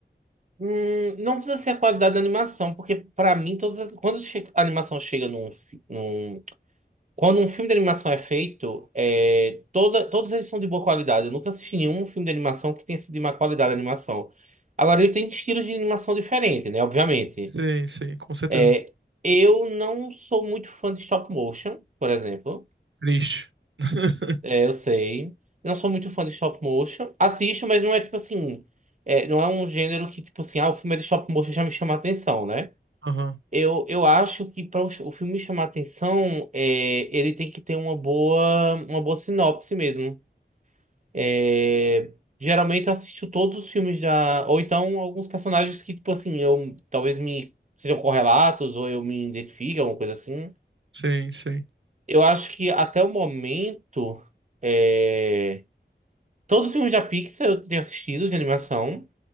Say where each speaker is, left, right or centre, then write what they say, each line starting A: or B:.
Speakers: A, on the right; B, on the right.
A: Hum, não precisa ser a qualidade da animação, porque pra mim, todas as- quando che- a animação chega num, fi- num- Quando um filme de animação é feito, é, toda, todos eles são de boa qualidade. Eu nunca assisti nenhum filme de animação que tenha sido de má qualidade a animação. Agora, ele tem estilos de animação diferentes, né? Obviamente.
B: Sim, sim, com certeza.
A: É, eu não sou muito fã de stop motion, por exemplo.
B: Triste. <laughs>
A: É, eu sei. Não sou muito fã de stop motion. Assisto, mas não é tipo assim. é, não é um gênero que, tipo assim, ah, o filme é de stop motion já me chama a atenção, né?
B: Aham,
A: Eu, eu acho que para o, o filme chamar a atenção, é, ele tem que ter uma boa, uma boa sinopse mesmo. É, geralmente eu assisto todos os filmes da. Ou então alguns personagens que, tipo assim, eu talvez me sejam correlatos, ou eu me identifique, alguma coisa assim.
B: sim, sim.
A: Eu acho que até o momento. É... Todos os filmes da Pixar eu tenho assistido de animação.